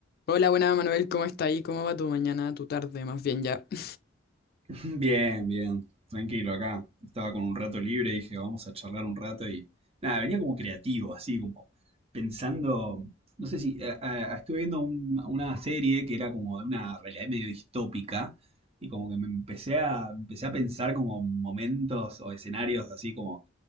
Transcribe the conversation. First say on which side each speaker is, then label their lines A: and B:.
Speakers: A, on the left (about 55°); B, on the right (about 30°).
A: Hola, buena Manuel, ¿cómo está ahí? ¿Cómo va tu mañana, tu tarde, más bien ya? <laughs>
B: Bien, bien, tranquilo acá. Estaba con un rato libre, dije, vamos a charlar un rato y nada, venía como creativo, así como pensando, no sé si, eh, eh, estuve viendo un- una serie que era como de una realidad medio distópica y como que me empecé a, empecé a pensar como momentos o escenarios así como,